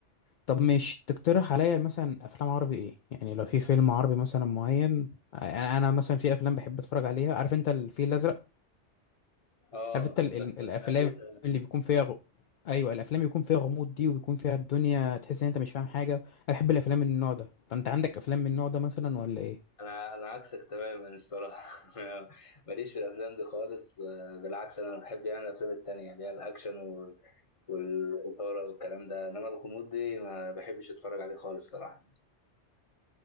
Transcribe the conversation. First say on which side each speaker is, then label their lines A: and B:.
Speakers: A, on the left; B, on the left.
A: طب مش تقترح عليا مثلا افلام عربي ايه يعني لو في فيلم عربي مثلا معين انا أنا مثلا في افلام بحب اتفرج عليها عارف انت الفيل الازرق
B: اه
A: عارف انت ال- ال-
B: بس
A: الافلام
B: ما سمعتوش انا
A: اللي بيكون فيها غ... ايوه الافلام بيكون فيها غموض دي وبيكون فيها الدنيا تحس ان انت مش فاهم حاجه انا بحب الافلام من النوع ده فانت عندك افلام من النوع ده مثلا ولا ايه
B: انا أنا عكسك تماما الصراحه <laughs> ماليش في الافلام دي خالص آه، بالعكس انا بحب يعني الافلام التانية اللي هي الاكشن والاثاره والكلام ده انما الغموض دي ما بحبش اتفرج عليه خالص صراحه